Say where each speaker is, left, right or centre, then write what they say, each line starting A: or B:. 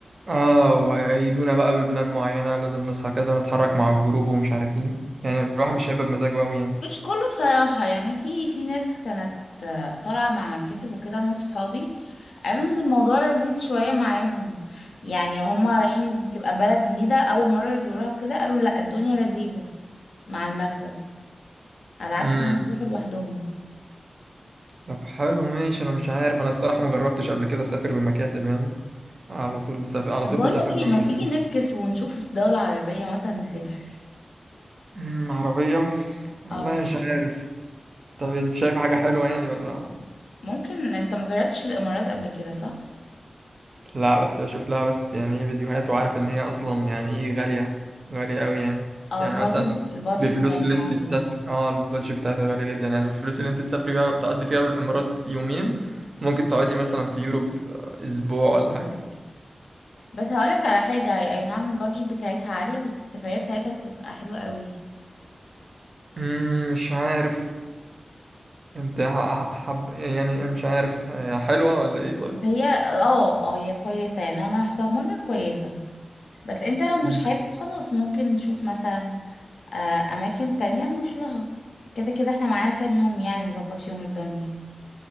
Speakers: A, on the right; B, on the left.
A: اه وهيقيدونا بقى ببلان معينة لازم نصحى كذا ونتحرك مع الجروب ومش عارفين يعني الواحد مش هيبقى بمزاجه قوي يعني
B: مش كله بصراحة يعني في في ناس كانت آه، طالعة مع مكاتب وكده من صحابي قالوا ان الموضوع لذيذ شوية معاهم يعني هما رايحين بتبقى بلد جديدة أول مرة يزوروها وكده قالوا لا الدنيا لذيذة مع المكتب على عكس
A: امم
B: ما يروحوا لوحدهم
A: طب حلو ماشي انا مش عارف انا الصراحة ما جربتش قبل كده اسافر بمكاتب يعني على طول سافر على
B: طب
A: طول
B: بقول
A: بسافر
B: لك ايه
A: لوحدي
B: ما تيجي
A: يعني
B: نفكس ونشوف في دولة عربية مثلا نسافر
A: امم عربية والله
B: اه
A: مش عارف طب انت شايف حاجة حلوة يعني ولا
B: ممكن انت مجربتش الإمارات قبل كده صح؟
A: لا بس بشوف لها بس يعني ايه فيديوهات وعارف ان هي اصلا يعني ايه غالية غالية قوي يعني
B: اه
A: يعني
B: البادجت
A: مثلا
B: البادجت
A: بفلوس
B: بتاعتها
A: اللي انت
B: عالية
A: تسافري اه البادج بتاعتها غالية جدا يعني بالفلوس اللي انت تسافري بيها تقضي فيها بالامارات يومين ممكن تقعدي مثلا في يوروب آه، اسبوع ولا حاجة
B: بس هقولك على حاجة هي أي نعم البادجت بتاعتها عالية بس السفرية بتاعتها بتبقى حلوة قوي
A: مم، مش عارف انت ح- ح- حب يعني مش عارف هي حلوة ولا ايه طيب
B: هي اه اه هي كويسة يعني أنا رحتها مرة كويسة بس انت لو مش
A: مم.
B: حابب خلاص ممكن نشوف مثلا آه، أماكن تانية نروح لها كده كده احنا معانا كام يوم يعني نظبط فيهم الدنيا